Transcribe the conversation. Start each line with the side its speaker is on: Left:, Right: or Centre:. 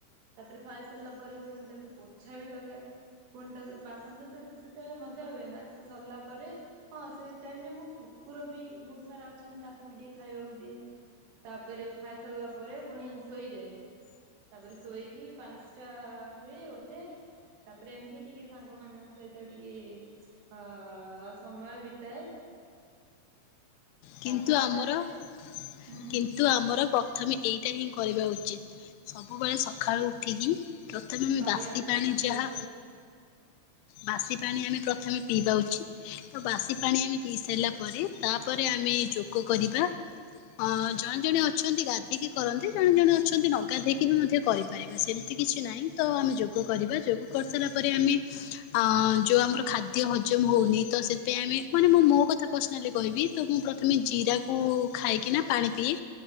Right: ତା ପରେ ଖାଇ ସାରିଲା ପରେ ପୁଣି ତାକୁ ପୋଛା ବି ଲଗାଏ। ପୁଣି ତାକୁ ବାସନ ତ ସେ-ସେତବେଳେ ମଜା ହୁଏ ନା ସେ ସରିଲା ପରେ ହଁ ସେଇ ଟାଇମ୍ ରେ ମୁଁ କୁକୁର ବି ବୋହୁତ ସାରା ଅଛନ୍ତି। ତାଙ୍କୁ ବି ଟିକେ ଖାଇବାକୁ ଦିଏ। ତା ପରେ ଖାଇ ସାରିଲା ପରେ ପୁଣି ଶୋଇଯାଏ। ତା ପରେ ଶୋଇକି ପାଂସ୍ ଟା ହୁଏ ଉଠେ। ତା ପରେ ଏମତି ଟିକେ ସାଙ୍ଗମାନଙ୍କ ସହିତ ଟିକେ ଅ-ଅ-ଅ ସମୟ ବିତାଏ।
Left: କିନ୍ତୁ
Right: ତାପରେ ତ
Left: ଆମର
Right: ରାତିରେ
Left: କି
Right: ସେ ହୁଁ
Left: କିନ୍ତୁ ଆମର ପ୍ରଥମେ ଏଇଟା ହିଁ କରିବା ଉଚିତ୍। ସବୁବେଳେ ସଖାଳୁ ଉଠିକି ପ୍ରଥମେ ଆମେ
Right: ବ୍ୟାୟାମ
Left: ବାସି ପାଣି ଯାହା
Right: ଯୋଗ
Left: ବାସି ପାଣି ଆମେ ପ୍ରଥମେ ପିଇବା ଉଚିତ୍। ତ ବାସି ପାଣି ଆମେ ପିଇ ସାଇଲା ପରେ ତାପରେ ତା ପରେ ଆମେ ଯୋଗ କରିବା ଅଁ ଜଣେ ଜଣେ ଅଛନ୍ତି ଗାଧେଇକି କରନ୍ତି, ଜଣେ ଜଣେ ଅଛନ୍ତି ନ ଗାଧେଇକି ବି ମଧ୍ୟ କରିପାରିବା, ସେମତି କିଛି ନାହିଁ। ତ ଆମେ ଯୋଗ କରିବା, ଯୋଗ କରିସାରିଲା ପରେ ଆମେ ଆଁ ଯୋଉ ଆମର ଖାଦ୍ୟ ହଜମ ହଉନି, ତ ସେଥିପାଇଁ ଆମେ, ମାନେ ମୁଁ ମୋ କଥା ପର୍ସନାଲି କହିବି ମୁଁ ପ୍ରଥମେ ଜିରାକୁ ଖାଇକି ନା ପାଣି ପିଏ।